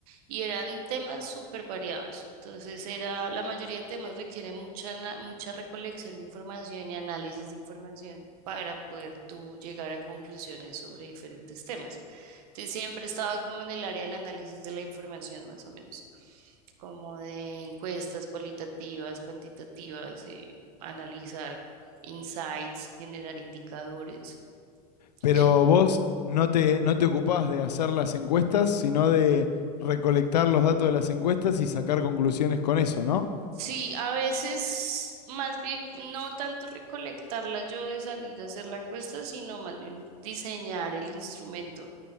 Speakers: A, on the right; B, on the left.
A: y eran temas súper variados. Entonces, era, la mayoría de temas requiere mucha, ana- mucha recolección de información y análisis de información para poder tú llegar a conclusiones sobre diferentes temas. Sí, siempre he estado como en el área del análisis de la información, más o menos, como de encuestas cualitativas, cuantitativas, eh, analizar insights, generar indicadores.
B: Pero
A: Y
B: vos no te, no te ocupabas de hacer las encuestas, sino de recolectar los datos de las encuestas y sacar conclusiones con eso, ¿no?
A: sí, a veces más bien no tanto recolectarla yo de salir a hacer la encuesta, sino más bien diseñar el instrumento